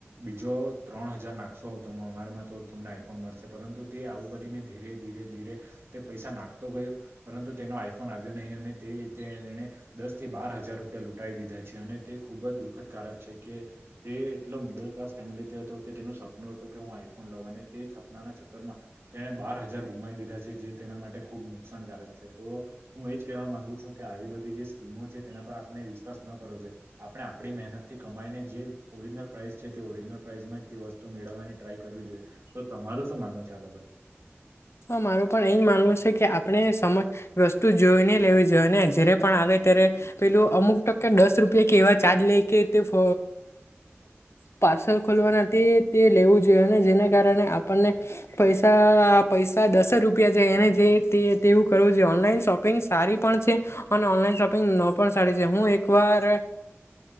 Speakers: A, on the right (about 60°); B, on the left (about 70°).
A: બીજો, ત્રણ હજાર નાખશો આવ ત અમારામાં તો જ તમને આઈફોન મળશે પરંતુ તે આવું કરીને ધીરે ધીરે, ધીરે તે પૈસા નાખતો ગયો પરંતુ તેનો આઈફોન આવ્યો નહી, અને તે રીતે તેને દસથી, બાર હજાર રૂપિયા લૂટ દીધા છે, અને તે ખુબજ દુઃખદ કારક છે, કે તે એટલો મિડલ ક્લાસ ફેમિલી હતો, કે તેનુ સપનું હતુ, કે હુ, આઈફોન લવા અને તે સપનાના ચક્કર માં તેને બાર હજ હજાર, ગુમાઈ દીધા છે. જે તેના માટે ખુબ નુકસાનકારક છે, તો હું એજ કહેવા માંગુ છુ, કે આવી બધી જે સ્કીમો છે તેના પર આપણે વિશ્વાસ જોએ, આપણે આપણી મહેનત થી, કમાઈને જે ઓરિજિનલ પ્રાઇસ છે, તે ઓરિજિનલ પ્રાઇસમાં જ, તે વસ્તુ મેળવવાની ટ્રાય કરવી જોઈએ તો તમારું શું માનવું છે. બાબત
B: હા, મારુ પણ એજ માનવું છે, કે આપણે સમતુ જોઈ, ને લેવ જો ને જયારે પણ આવે ત્યારે પેલું અમુક ટકા દસ રૂપિયા કે એવા ચાર્જ લઈ કે તે ફ ફ પાર્સલ, ખોલવાના તે તે લેવું જોઈએ અને જેના, કારણે આપણને પૈસા પૈસા દસ રૂપિયા છે, એને જે તે તેવુ કરવુ જો ઓનલાઈન શોપિંગ સારી પણ છે. અને ઓનલાઈન, શોપિંગ ન પણ સારી છે, હુ એક એક વાર